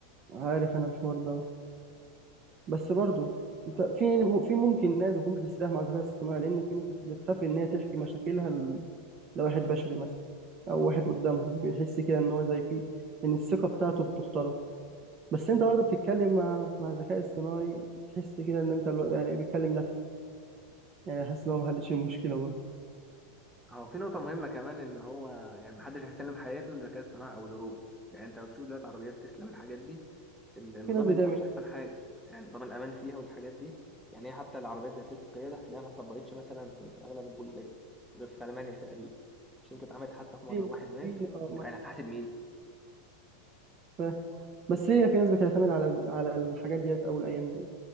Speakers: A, on the right; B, in the centre.
A: عارف انا الحوار ده بس برضو انت في في ممكن ناس تكون بتستريح مع الذكاء الصناعي لان في ناس بتخاف ان هي تحكي مشاكلها ل- لواحد بشري مثلا او واحد قدامهم بيحس كده ان هو زي فيه ان الثقه بتاعته بتخترق بس انت برضه بتتكلم مع مع الذكاء الصناعي تحس كده ان انت لو- يعني بتكلم نفسك يعني حاسس ان هو ما حلش المشكله
B: هو في نقطة مهمة كمان إن هو يعني محدش هيسلم حياته للذكاء الاصطناعي أو للروبوت، يعني أنت لو تشوف دلوقتي عربيات تسلا والحاجات دي النظام
A: في ناس بتعمل
B: اللي فيها مش
A: كده
B: احسن حاجه يعني نظام الامان فيها والحاجات دي يعني هي حتى العربيات ذاتيه القياده هتلاقيها ما اتطبقتش مثلا في, في اغلب البلدان غير في المانيا تقريبا عشان كانت عملت حادثه في مره
A: في
B: واحد مات
A: في اه ما
B: فانا
A: أنا
B: هتحاسب مين
A: فاهم. بس هي في ناس بتعتمد على على الحاجات ديت او الايام دي